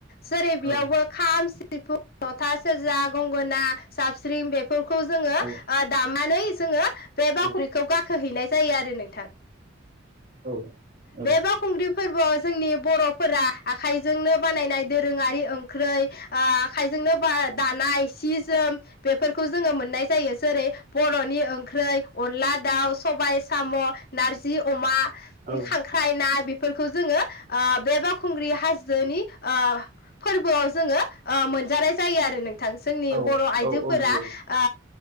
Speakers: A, on the left; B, on the right.
A: जेरै बेयावबो
B: औ
A: खाम सिफुं जथा सेरजा गंगोना जाबस्रिं बेफोरखौ जोङो ओ
B: औ
A: दामनानै जोङो बे बावख्रिखौ
B: औ
A: गाखोहैनाय जायो जायो आरो नों
B: औ औ
A: बे बावखुंग्रि फोरबोआव ज जोंनि बर'फोरा आखाइजोंनो बानायनाय दोरोङारि ओंख्रै ओ आखाइजोंनो दानाय सि जोम बेफोरखौ जोङो मोननाय जायो जेरै बर'नि ओंख्रै अनला दाउ सबाय साम' नारजि अमा
B: औ
A: खांख्राय ना फोरखौ जोङो ओ बे बावखुंग्रि हाजोनि ओ फोरबोआव जोङो ओ मोनजानाय जायो आरो आरो नोंथां जोंनि
B: औ
A: बर' आइजोफोरा
B: औ औ नंगौ
A: ओ